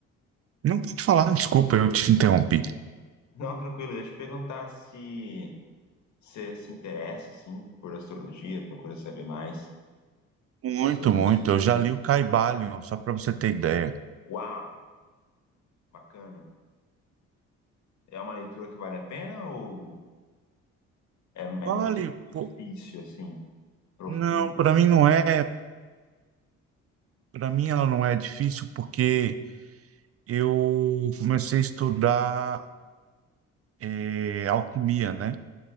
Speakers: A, on the right; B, on the left.
A: Não pude falar, desculpa, eu te interrompi.
B: Não, tranquilo, eu ia te perguntar se você se interessa, assim, por astrologia, procura saber mais
A: Muito,
B: sobre
A: muito.
B: os signos.
A: Eu já li o Caibalion, só para você ter ideia.
B: Uau, bacana. É uma leitura que vale a pena ou é, é
A: Vale,
B: muito difícil,
A: pô,
B: assim, profunda?
A: não, para mim não é, para mim ela não é difícil porque eu comecei a estudar eh, alquimia, né?